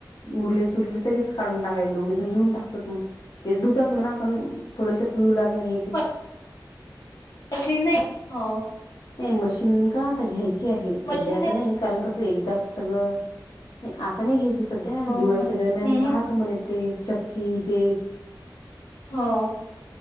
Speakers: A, on the left; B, on the left.
A: उरले सुरले सगळेच काढून टाकायच दोघेजण धुऊन टाकतात मग. ते धुतात म्हणा पण थोडेसे पिळू लागण हे ते.
B: <inaudible> मशीन नाही हो
A: नाई मशीन का आता घ्यायची आहेच
B: मशीन
A: सध्या
B: नाही
A: त नाई. कारण कसं एकदाच सगळं आता नाय घ्यायची सध्या
B: हो
A: दिवाळीच्या
B: का
A: दरम्यान
B: हम्म
A: पाहतो म्हणे ते, चक्की ते
B: हो,